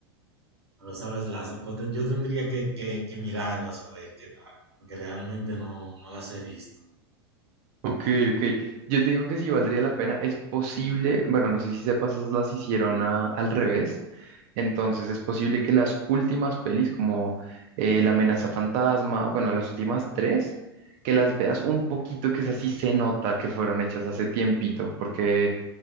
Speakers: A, on the right; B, on the right.
A: Pero sabes las, pues, te- yo tendría que, que, que mirarlas a ver qué tal, porque realmente no, no las he visto.
B: Ok, ok. Yo te digo que sí valdría la pena. Es posible, bueno, no sé si sepas, esas las hicieron a- al revés. Entonces es posible que las últimas pelis, como eh, La amenaza fantasma, bueno, las últimas tres, que las veas un poquito, que es así se nota que fueron hechas hace tiempito, porque